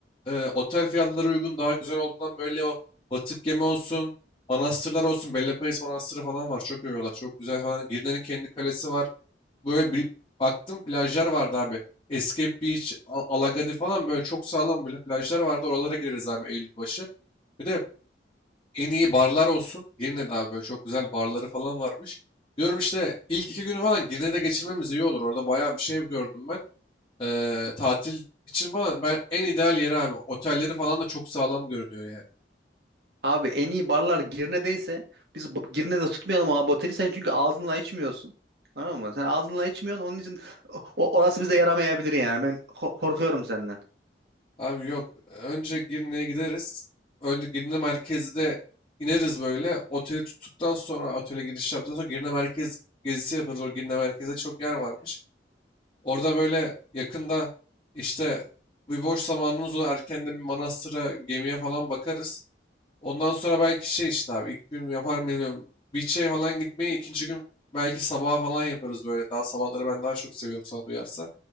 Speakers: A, on the left; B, on the right.
A: e, otel fiyatları uygun daha güzel olduğundan böyle o batık yeme olsun, manastırlar olsun. Bellepayız Manastırı falan var. Çok övüyorlar. Çok güzel falan. Girne'nin kendi kalesi var. Böyle bir baktım plajlar vardı abi. Escape Beach, Al- Alagadi falan böyle çok sağlam böyle plajlar vardı. Oralara gireriz abi Eylül başı. Bir de en iyi barlar olsun. Girne'de abi böyle çok güzel barları falan varmış. Diyorum işte ilk iki günü falan Girne'de geçirmemiz iyi olur. Orada bayağı bir şey gördüm ben. Ee, tatil için falan ben en ideal yeri abi. Otelleri falan da çok sağlam görünüyor yani.
B: Abi en iyi barlar Girne'deyse biz bu- Girne'de tutmayalım abi oteli. Sen çünkü ağzınla içmiyorsun. Tamam mı? Sen ağzınla içmiyorsun. Onun için o, orası bize yaramayabilir yani. Ben ko- korkuyorum senden.
A: Abi yok. Önce Girne'ye gideriz. Önce Girne merkezde ineriz böyle. Oteli tuttuktan sonra otele giriş yaptıktan sonra Girne merkez gezisi yaparız. O Girne merkezde çok yer varmış. Orada böyle yakında işte bir boş zamanımız olur. Erken bir manastıra, gemiye falan bakarız. Ondan sonra belki şey işte abi ilk gün yapar mıyım? Beach'e falan gitmeyi ikinci gün belki sabaha falan yaparız böyle. Daha sabahları ben daha çok seviyorum sana duyarsa.